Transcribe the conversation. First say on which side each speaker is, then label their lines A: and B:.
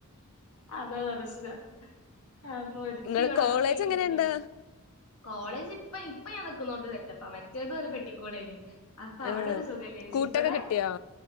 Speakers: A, on the left (about 85°); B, on the left (about 65°).
A: അതാ പ്രശ്നം അപ്പൊ ഒരുത്തി
B: നിങ്ങള്
A: ഇവിടെ
B: കോളേജ്
A: ഒറ്റക്കിരിക്ക
B: എങ്ങനെയുണ്ട്
A: കോളേജ് ഇപ്പ ഇപ്പ ഞാൻ നിക്കുന്നോട്ട് സെറ്റപ്പാ മറ്റേത് ഒരു പെട്ടിക്കൂടെന് അപ്പൊ
B: ആഹ്
A: അവിടൊരു സുഖല്ല
B: കൂട്ടൊക്കെ
A: ഇവിടെ
B: കിട്ടിയോ